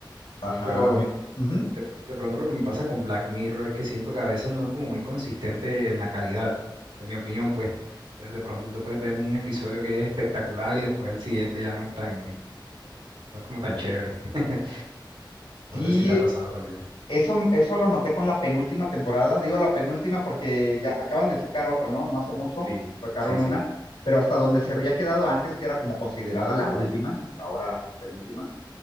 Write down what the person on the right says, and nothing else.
Pero
de, de pronto lo que me pasa con Black Mirror es que siento que a veces no es como muy consistente en la calidad, en mi opinión, pues. Entonces, de pronto tú te puedes ver un episodio que es espectacular y después el siguiente ya no es tan, no es como tan chévere. <laughs>
No sé si te ha pasado también.
Sí,
sí, sí.